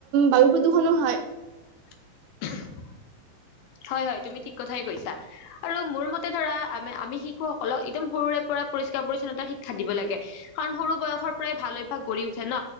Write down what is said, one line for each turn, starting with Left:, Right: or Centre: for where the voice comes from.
Right: বায়ু প্ৰদূষণো হয়।
Left: <unintelligible> হয় হয় তুমি ঠিক কথাই কৈছা আৰু মোৰ মতে ধৰা আম আমি শিশুসকলক একদম সৰুৰে পৰা। পৰিষ্কাৰ পৰিচ্ছন্নতাৰ শিক্ষা দিব লাগে কাৰণ সৰু বয়সৰ পৰাই ভাল অভ্যাস গঢ় উঠে ন